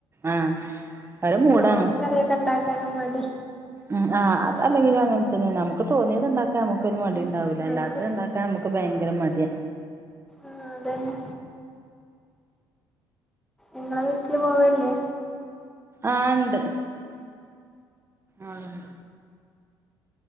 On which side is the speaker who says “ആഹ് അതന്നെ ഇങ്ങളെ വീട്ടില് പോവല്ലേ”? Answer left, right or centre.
Centre